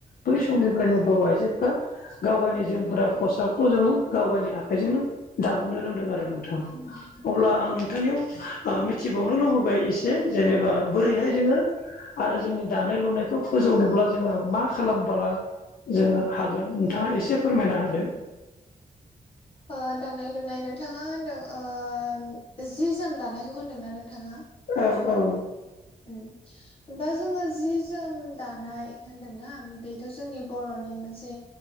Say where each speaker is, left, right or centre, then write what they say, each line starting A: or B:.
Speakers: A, on the left (about 70°); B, on the left (about 35°).
A: बै समनिफ्रायनो
B: औ
A: बर' आइजो दा गावगायनि जोमग्रा
B: उम उम
A: खसाबखौ जोङो गावगायनि आखाइजोंनो दाबोननो रोंदों आरो नोंथां
B: औ
A: अब्ला आं नोंथांनियाव मिथिबावनो लुबैबाय एसे जेनेबा बोरैहाय
B: औ
A: जोङो आरो जोंनि दानाय लुनायखौ फोजौनोब्ला जोङो मा खालामबोला जोङो हागोन नोंथाङा एसे फोरमायना होदो
B: औ दानाय लुनाय नोंथाङा होनदों जि जोम दानायखौ होनदोंना नोंथाङा
A: औ औ
B: उम दा जोङो जि जोम दानाय होनदोंना बेथ' जोंनि बर'नि मोनसे